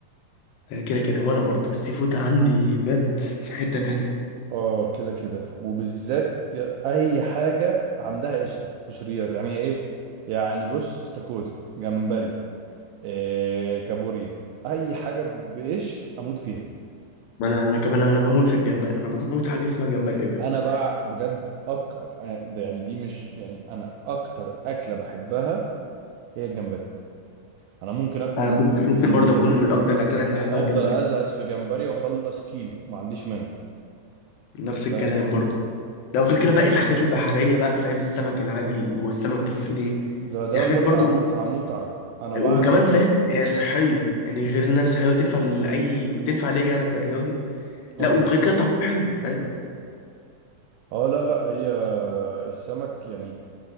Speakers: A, on the left (about 80°); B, on the right (about 85°).
A: آه، كده كده وانا برضه السي فود عندي بجد في حتة تانية
B: اه كده كده ف- وبالذات يا- اي حاجه عندها قشره قشريات يعني ايه يعني بص استاكوزا جمبري إيه كابوريا اي حاجه بقشر اموت فيها
A: ما انا انا كمان انا بموت في الجمبري انا بموت في حاجة اسمها جمبري بجد
B: انا بقى بجد أك... ده يعني دي مش يعني انا اكتر اكله بحبها هي الجمبري انا ممكن اكل
A: انا ممكن ممكن
B: بال...
A: برضه اكون من اكتر الاكلات اللي بحبها
B: افضل
A: الجمبري
B: ازقز في جمبري واخلص كيلو ما عنديش مانع
A: نفس الكلام
B: فاهم
A: برضه لو غير كده باقي الحاجات البحرية بقى فاهم السمك العادي والسمك الفيليه
B: ده ده
A: دي حاجات
B: متعه
A: برضه
B: متعه متعه انا
A: وكمان
B: بعشق
A: فاهم هي صحية يعني غير ناس صحية وتنفع لأي تنفع ليا أنا كرياضي
B: اه
A: لا وغير كده طعمها حلو فاهم
B: اه لا لا هي السمك يعني